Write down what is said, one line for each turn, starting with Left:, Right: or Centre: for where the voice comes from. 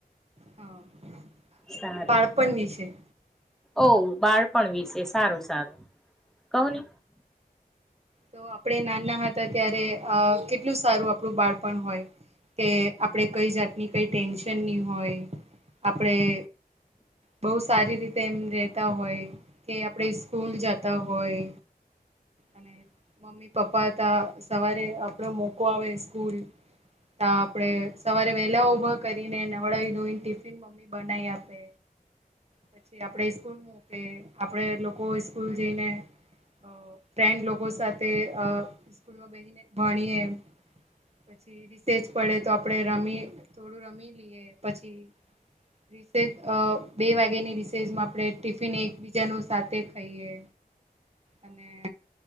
Right: હ
Centre: સારું
Right: બાળપણ વિશે
Centre: ઓ બાળપણ વિસે સારું સારું કવ ને
Right: તો આપણે નાના હતા ત્યારે અ કે કેટલું સારું આપણું બાળપણ હોય કે આપણે કઈ જાતની કઈ ટેન્શન ની હોય આપણેે બોવ સારી રીતે એમ રેતા હોય કે આપણે સ્કૂલ જતા હોય અને મમ્મી પપ્પા હતા સવારે આપડે મુકવા આવે સ્કૂલ તા આપણેે સવારે વેલા ઉભા કરીને નવળાવ ધોય ટિફિન મમ્મી બનાય આપે પછી આપડે સ્કૂલ નું કે આપડે લોકો સ્કૂલ જઈને અ. ફ્રેન્ડ લોકો સાથે સ્કૂલમાં બેહીને ભણીએ એમ. પછી રિસેચ પડે તો આપડે રમી થોડું રમી લઈએ પછી. રિસેચ અ બે વાગ્યાની રિસેચમાં આપણે ટિફિન એકબીજાનું સાથે ખાઈએ. અને.